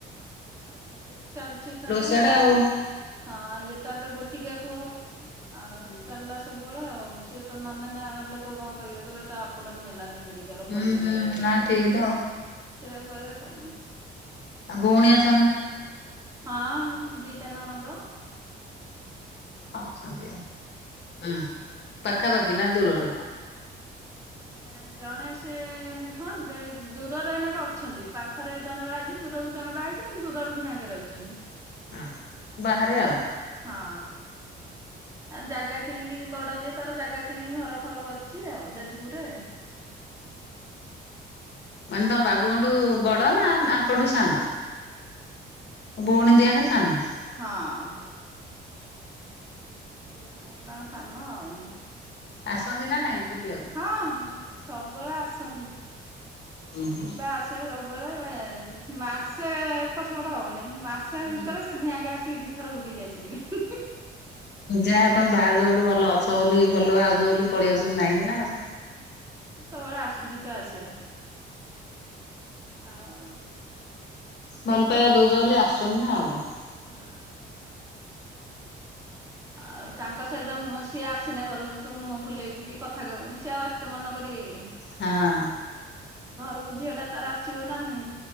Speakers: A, on the right; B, on the left.
A: ଆଉ ଏମତି ଚାଲିଛି ତାର
B: ସିଆଡେ ଆଉ
A: ହଁ ଇଏ ତାପରେ ଗୋଟିକିଆ ପୁଅ, ଆଉ
B: ହୁଁ
A: ଚାଲିଲସ ସବୁବେଳେ ଆଉ। ସିଏ ତ ନ ନେ ଏକ ଲୋକ କଣ କହିବେ କହିବେ ତା ଆପଟାକୁ ନେଲାନି ମେଡ଼ି କାଲ ପଡି
B: ହୁଁ
A: ପଡ଼ିକା
B: ହୁଁ
A: ଇଏ
B: ନା
A: ହେଲା,
B: ଠିକ ତ ଆଉ
A: ସେୟା କହିବେ
B: ଆଉ ଭଉଣୀ ଆସ
A: ହଁ, ଦିଟା ନଣନ୍ଦ।
B: ଅଛନ୍ତି ଆଉ, ହୁଁ ପାଖାପାଖି ନା ଦୂରରେ?
A: ନା ଜଣେ ସେ ହଁ ଦେ ଦୂରରେ ଏଇନାକେ ଅଛନ୍ତି ପାଖରେ ଜଣେ ବାହା ହେଇଛି। ଦୂରକୁ ଜଣେ ବାହା ହେଇଛି। କିନ୍ତୁ ଦୂରରେ ଧିଆଙ୍କେ ରହିଛନ୍ତି
B: ହଁ ବାହାରେ ଆଉ
A: ହଁ। ଆ ଜାଗା କିଣିକି, ବଡ ଯିଏ ତାର ଜାଗା କିଣିକି ଘର ଫର କରିଛି ଆଉ ଯାଜପୁରରେ।
B: ମାନେ ତମ ବାବୁଙ୍କଠୁ ବଡ ନା, ନା ଆଙ୍କଟୁ ସାନ। ଭଉଣୀ ଦିହାକେ ସାନ।
A: ହଁ। ଦି ଭଉଣୀ ଆଙ୍କ ତାର ସାନ ଆଉ।
B: ଆସନ୍ତି ନା ନାଇଁ ବୁଲିବାକୁ।
A: ହଁ ହଁ ସବୁବେଳେ ଆସନ୍ତି
B: ହୁଁ ହୁଁ।
A: ଯିବା ଆସ ସିଏ ସବୁବେଳେ ରହେ, ମାସେ ଏପଟ ସେପଟ ହବନି, ମାସେ
B: ହୁଁ
A: ଭିତରେ ସେ ସେ ଧିଆଙ୍କ ଆସିକି ଦିଥର ବୁଲିକି ଯାଇସାରିବେ।
B: ଯାହା ତମେ ଭାଉଜ ଗୋଟେ ଭଲ ଅଛ ବୋଲି ଭାଉଜ ବୋଲି ପଳେଇଆସୁଛନ୍ତି ନାଇଁକି। ନା
A: ହୁଁ।
B: ଆଉ।
A: ସେ ସବୁବେଳେ ଆସ ଯିବା ଆସିବା, ଆଉ
B: ଭଲ ପାଇବା ଦୋଉଛ ବୋଲି ଆସୁଛନ୍ତି ନା ଆଉ।
A: ହୁଁ। ଆଉ ତାଙ୍କ ସହିତ ମୁଁ ସିଏ ଆସିନେ ଘରକୁ ତୁ ମୁହଁ ଭୁଲେଇବୁ କି କଥା କହିବୁନି ସିଏ ଆଉ ଆସିତେ ମନ କରିବେ କିି?
B: ହଁ।
A: ଘରକୁ ଝିଅ ଟା ତାର ଆସିବ ନା ନାଇଁ?